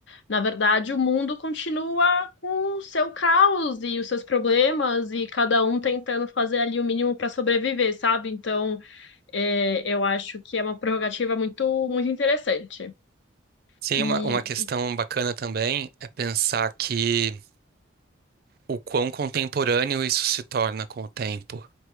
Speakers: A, on the left; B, on the right.
A: Na verdade, o mundo continua com o seu caos e os seus problemas, e cada um tentando fazer ali o mínimo para sobreviver, sabe? Então, é, eu acho que é uma prerrogativa muito, muito interessante.
B: Sim,
A: E,
B: uma, uma questão bacana também é pensar que o quão contemporâneo isso se torna com o tempo,